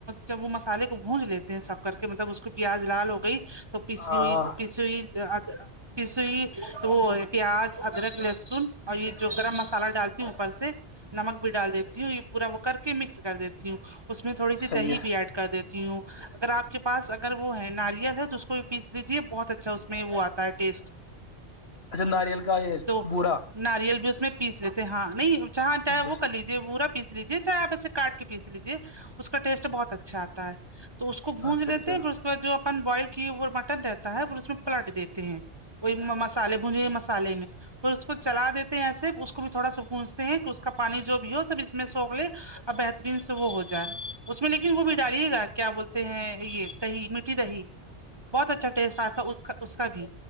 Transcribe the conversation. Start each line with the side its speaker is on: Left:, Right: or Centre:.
Right: جب وہ مسالے کو گونج لیتے ہیں سب کر کے مطلب اس کو پیاز لال ہو گئی تو پسئی
Left: ہاں ہاں
Right: پسئی پسئی وہ پیاز ادرک لہسن اور یہ جو گرم مسالہ ڈالتی ہوں اوپر سے نمک بھی ڈال دیتی ہوں یہ پورا وہ کر کے مکس کر دیتی ہوں اس میں تھوڑی سی
Left: صحیح
Right: دہی
Left: ہے
Right: بھی ایڈ کر دیتی ہوں اگر آ کے پاس اگر وہ ہے ناریل ہے تو اس کو بھی پیس لیجیے بہت اچھا اس میں وہ آتا ہے ٹیسٹ
Left: اچھا ناریل کا یہ
Right: تو
Left: بورا
Right: ناریل بھی اس میں پیس لیتے ہیں ہاں نہیں چاہاں چاہے
Left: اچھا
Right: وہ کر لیجیے پورا پیس لیجیے چاہے آپ ایے کاٹ کے پیس لیجے اس کا ٹیسٹ بہت اچھا آتا ہے تو اس کو بونج
Left: اچھا
Right: لیتے
Left: اچھا
Right: ہیں پھر جو اپن بوائل کیے وہ مٹن رہتا ہے پ اس میں پلاٹ دیتے ہیں وہی مسالے بونجے مسالے میں پھر اس کو چلا دیتے ہیں ایسے اس کو بھی تھوڑا سا گونجتے ہیں کہ اس کا پانی جو بھی ہو سب اس میں سوگ لے اب بہترین سے وہ ہو جائے اس میں لیکن وہ بھی ڈالیے گا کیا بولتے ہیں یہ دہی میٹھی دہی بہت اچھا ٹیسٹ آتا اس کا اس کا بھی